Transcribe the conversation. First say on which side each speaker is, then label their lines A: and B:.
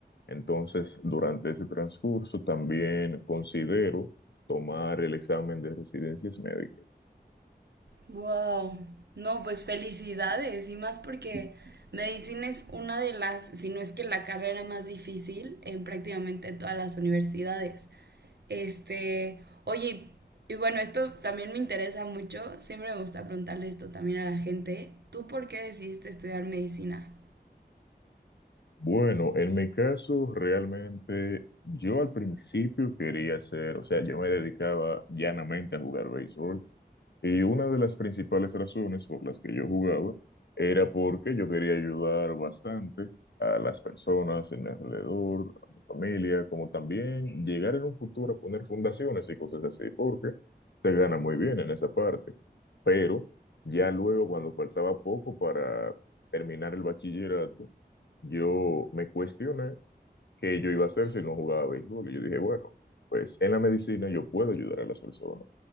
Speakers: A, on the left; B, on the right.
A: entonces durante ese transcurso también considero tomar el examen de residencias médicas.
B: Wow. No, pues felicidades y más porque medicina es una de las, si no es que la carrera más difícil en prácticamente todas las universidades. Este, oye, y bueno, esto también me interesa mucho, siempre me gusta preguntarle esto también a la gente. ¿Tú por qué decidiste estudiar medicina?
A: Bueno, en mi caso, realmente yo al principio quería ser, o sea, yo me dedicaba llanamente a jugar béisbol. Y una de las principales razones por las que yo jugaba era porque yo quería ayudar bastante a las personas en mi alrededor, a mi familia, como también llegar en un futuro a poner fundaciones y cosas así, porque se gana muy bien en esa parte. Pero ya luego, cuando faltaba poco para terminar el bachillerato, yo me cuestioné que yo iba a hacer si no jugaba béisbol. Y yo dije, bueno, pues en la medicina yo puedo ayudar a las personas.